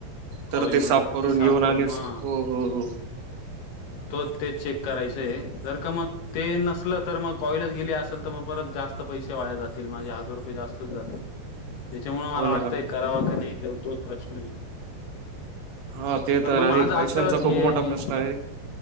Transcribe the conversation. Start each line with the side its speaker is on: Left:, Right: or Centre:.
Left: कॉइलमध्ये
Right: तर ते साफ
Left: तर ती साफ
Right: घेऊन
Left: करून
Right: आणि
Left: हा.
Right: स- हो हो हो
Left: तोच तेच चेक करायचंय जर का मग ते नसलं तर मग. कॉईलज गेले असेल तर मग परत जास्त पैसे वाया जातील माजे हजार रुपये जास्तच जातील. त्याच्यामुळे मला
Right: हो
Left: वाटतंय
Right: ना
Left: करावं का नाही तेव तोच प्रश्न आहे.
Right: हा ते
Left: पण
Right: तर
Left: मग माझं
Right: आहे पैशांचा
Left: असं
Right: खूप
Left: हे
Right: मोठा प्रश्न आहे.